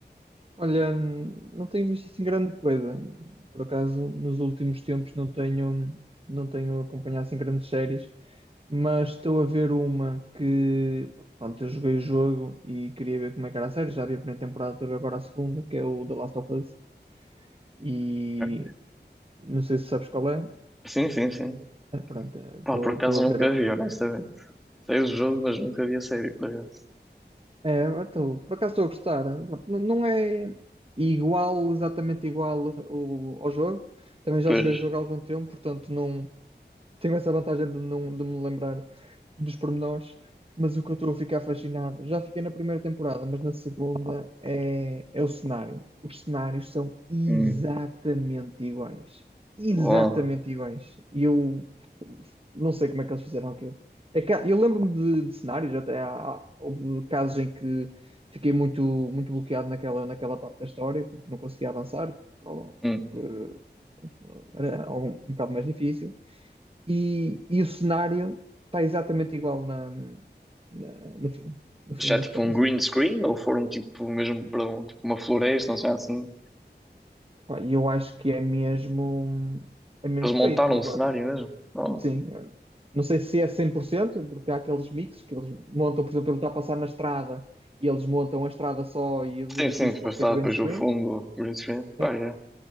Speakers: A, on the right; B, in the centre.
A: Olha, hum, não tenho visto assim grande coisa. Por acaso, nos últimos tempos não tenho, não tenho acompanhado assim grandes séries, mas estou a ver uma que, pronto, eu joguei o jogo e queria ver como é que era a série. Já vi a primeira temporada, estou a ver agora a segunda, que é o The Last of Us. E
B: Ok.
A: não sei se sabes qual é.
B: Sim, sim, sim.
A: É, Pronto,
B: Pá, por acaso
A: estou a
B: nunca
A: ver
B: vi, honestamente. Sei o jogo, mas nunca vi a série, por acaso.
A: É, então, por acaso estou a gostar. Não, não é igual, exatamente igual o- ao jogo. Também já
B: Pois,
A: joguei o jogo há algum tempo, portanto não tenho essa vantagem de, não, de me lembrar dos pormenores. Mas o que eu estou a ficar fascinado, já fiquei na primeira temporada, mas na segunda é, é o cenário. Os cenários são exatamente
B: hum,
A: iguais. Exatamente
B: bom.
A: iguais. E eu não sei como é que eles fizeram aquilo. É que há- eu lembro-me de, de cenários, até há, há houve casos em que fiquei muito, muito bloqueado naquela, naquela parte da história, porque não conseguia avançar, porque
B: Hum.
A: pronto, não- era algum, um bocado mais difícil. E, e o cenário está exatamente igual na, na- no filme. No filme,
B: Já
A: neste
B: tipo
A: caso.
B: um green screen ou foram tipo mesmo para um, tipo, uma floresta, não sei assim.
A: Pá, E eu acho que é mesmo, é mesmo
B: Eles montaram
A: feito. Agora,
B: um cenário mesmo. Oh.
A: Sim, eh, não sei se é 100% porque há aqueles mixes que eles montam, por exemplo, ele está a passar na estrada e eles montam a estrada só e os edifícios
B: Sim, sim, depois
A: podem
B: está
A: ser green
B: depois
A: screen,
B: o fundo, green screen. Pá,
A: né?
B: é.